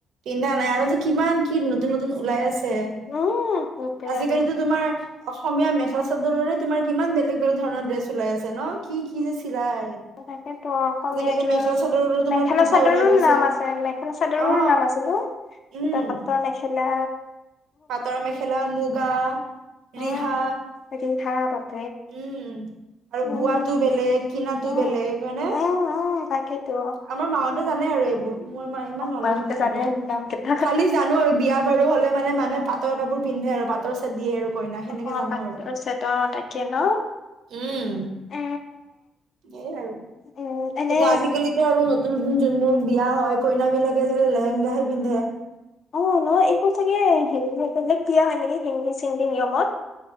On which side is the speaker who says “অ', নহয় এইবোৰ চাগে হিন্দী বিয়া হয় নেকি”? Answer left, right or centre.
Left